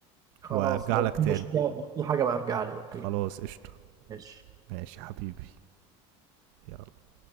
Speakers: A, on the right; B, on the right.
A: خلاص
B: وارجع
A: لو
B: لك
A: في
B: تاني
A: مشكله لو في حاجه بقى ارجع لي اوكي
B: خلاص قشطه
A: ماشي
B: ماشي يا حبيبي يلا